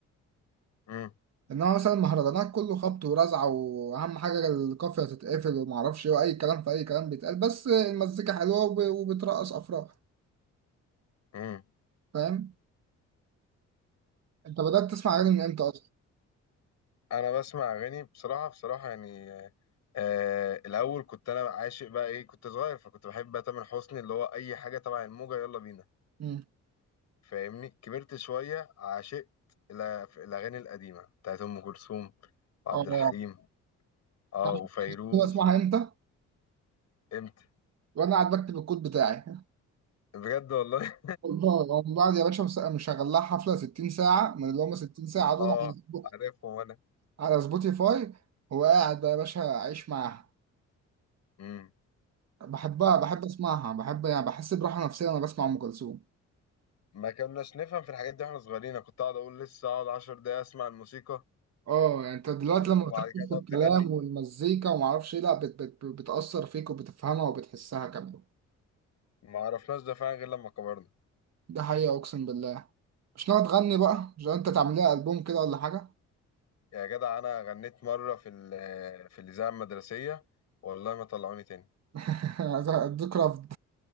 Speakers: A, on the left; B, on the right.
A: امم
B: انما مثلا مهرجانات كله خبط ورزع واهم حاجه القافيه تتقفل وما اعرفش ايه واي كلام في اي كلام بيتقال بس المزيكا حلوه وب- وبترقص افراح
A: امم
B: فاهم انت بدات تسمع اغاني من امتى اصلا
A: انا بسمع اغاني بصراحه بصراحه يعني آه الاول كنت انا عاشق بقى ايه كنت صغير فكنت بحب بقى تامر حسني اللي هو اي حاجه تبع الموجه يلا بينا
B: امم
A: فاهمني كبرت شويه عاشقت الأ- الاغاني القديمه بتاعت ام كلثوم وعبد
B: اه
A: الحليم اه
B: تعرف
A: وفيروز
B: كنت بسمعها امتى
A: امتى
B: وانا قاعد بكتب الكود بتاعي
A: بجد والله
B: والله من بعد يا باشا مس- مشغل لها حفله 60 ساعه من اللي هم 60 ساعه
A: <laughs>
B: دول
A: اه
B: على سبو-
A: عارفهم وانا
B: على سبوتيفاي وقاعد بقى يا باشا عايش معاها
A: امم
B: بحبها بحب اسمعها بحب يعني بحس براحه نفسيه وانا بسمع ام كلثوم
A: ما كناش نفهم في الحاجات دي واحنا صغيرين أنا كنت اقعد اقول لسه اقعد 10 دقايق اسمع الموسيقى
B: اه يعني انت دلوقتي
A: وبعد
B: لما بتركز
A: كده
B: في
A: تقعد
B: الكلام
A: تغني
B: والمزيكا وما اعرفش ايه لا بت بت بتاثر فيك وبتفهمها وبتحسها كمان
A: ما عرفناش ده فعلا غير لما كبرنا
B: ده حقيقه اقسم بالله مش ناوي تغني بقى مش انت تعمل لها البوم كده ولا حاجه
A: يا جدع انا غنيت مره في ال- في الاذاعه المدرسيه والله ما طلعوني تاني
B: <laughs> اديك رفض